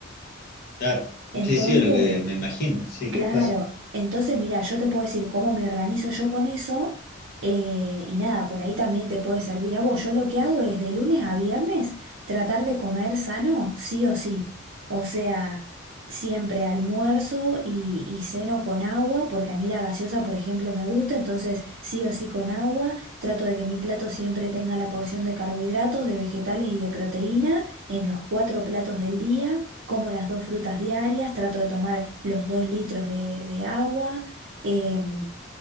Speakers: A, on the left (about 50°); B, on the right (about 60°).
A: Claro.
B: Entonces,
A: Sí, sí, es lo que me imagino. Sí,
B: Claro,
A: ¿qué pasa?
B: entonces mira, yo te puedo decir cómo me organizo yo con eso eh, y nada, por ahí también te puede servir a vos. Yo lo que hago es de lunes a viernes tratar de comer sano, sí o sí. O sea, siempre almuerzo y, y ceno con agua, porque a mí la gaseosa, por ejemplo, me gusta, entonces sí o sí con agua. Trato de que mi plato siempre tenga la porción de carbohidratos, de vegetales y de proteína en los cuatro platos del día como las dos frutas diarias, trato de tomar los dos litros de, de agua em,